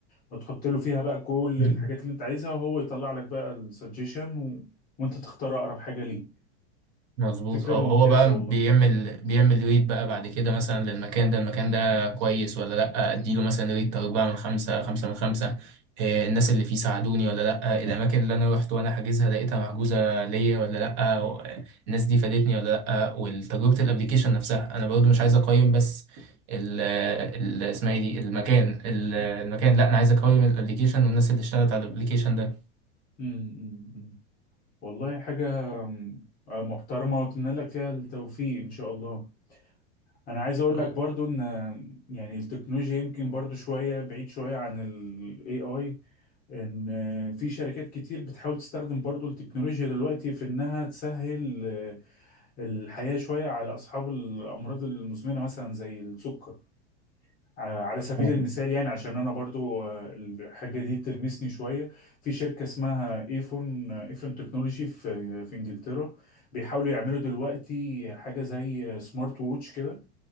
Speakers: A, on the left; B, on the right.
A: وتحط له فيها بقى كل
B: مم.
A: الحاجات اللي انت عايزها وهو يطلع لك بقى السجيشن و... وانت تختار اقرب حاجة ليك
B: مظبوط
A: فكرة
B: اه
A: ممتازة
B: هو بقى
A: والله
B: بيعمل بيعمل ريت بقى بعد كده مثلا للمكان ده المكان ده كويس ولا لا اديله مثلا ريت اربعة من خمسة خمسة من خمسة آه، الناس اللي فيه ساعدوني ولا لا الاماكن اللي انا روحت وانا حاجزها لقيتها محجوزة ليا ولا لا و- الناس دي فادتني ولا لا وتجربة الابليكيشن نفسها انا برضو مش عايز اقيم بس ال ال- اسمها ايه دي المكان ال- المكان لا انا عايز اقيم الابليكيشن والناس اللي اشتغلت على الابليكيشن ده إن
A: امم والله حاجة أمم، محترمة واتمنى لك فيها التوفيق ان شاء الله انا عايز اقول
B: شاء
A: لك برضو ان يعني التكنولوجيا يمكن برضو شوية بعيد شوية عن ال AI ان في شركات كتير بتحاول تستخدم برضو التكنولوجيا دلوقتي في انها تسهل آه، الحياة شوية على اصحاب الامراض المزمنة مثلا زي السكر آه، على سبيل
B: الله
A: المثال يعني عشان انا برضو آه، الحاجه دي تلمسني شويه في شركه اسمها ايفون ايفون تكنولوجي في في انجلترا بيحاولوا يعملوا دلوقتي حاجه زي سمارت ووتش كده